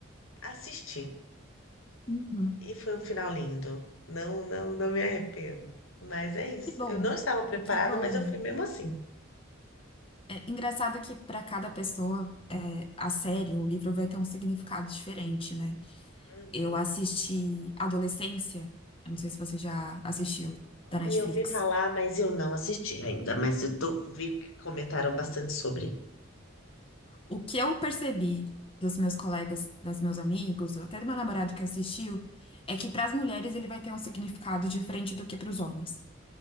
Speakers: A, on the left (about 80°); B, on the left (about 25°).
A: assisti.
B: Uhum.
A: E foi um final lindo. Não, não, não me arrependo. Mas é isso.
B: Que bom.
A: Eu não estava preparada,
B: Que bom,
A: mas eu
B: né?
A: fui mesmo assim.
B: É engraçado que para cada pessoa, é, a série, o livro vai ter um significado diferente, né?
A: Uhum.
B: Eu assisti Adolescência, eu não sei se você já assistiu, da Netflix.
A: Aí Eu vi falar, mas eu não assisti ainda. Mas eu tô, vi que comentaram bastante sobre.
B: O que eu percebi dos meus colegas, dos meus amigos, até do meu namorado que assistiu, é que para as mulheres ele vai ter um significado diferente do que para os homens.